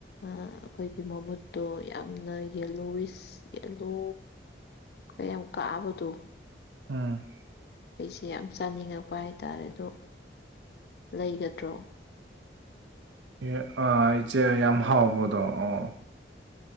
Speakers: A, on the left; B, on the right.
A: ꯑꯥ ꯑꯩꯈꯣꯏꯒꯤ ꯃꯃꯨꯠꯇꯣ ꯌꯥꯝꯅ ꯌꯦꯂꯣꯋꯤꯁ ꯌꯦꯜꯂꯣ ꯃꯌꯥꯝ ꯀꯥꯕꯗꯣ
B: ꯎꯝ
A: ꯑꯩꯁꯦ ꯌꯥꯝ ꯆꯥꯅꯤꯡꯉꯛꯄ ꯍꯥꯏꯇꯥꯔꯦ ꯑꯗꯣ ꯂꯩꯒꯗ꯭ꯔꯣ
B: ꯏꯍꯦ ꯑꯥ ꯏꯆꯦ ꯌꯥꯝ ꯍꯥꯎꯕꯗꯣ ꯑꯣ